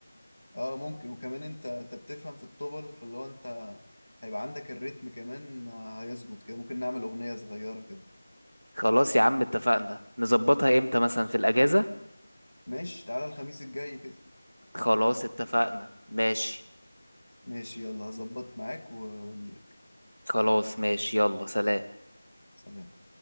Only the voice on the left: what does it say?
اه ممكن وكمان انت انت بتفهم في الطبل فاللي هو انت هيبقى عندك الريتم كمان هيظبط كده ممكن نعمل اغنيه صغيره كده
ماشي تعالى الخميس الجاي كده
ماشي يلا هظبط معاك و... واجي لك
سلام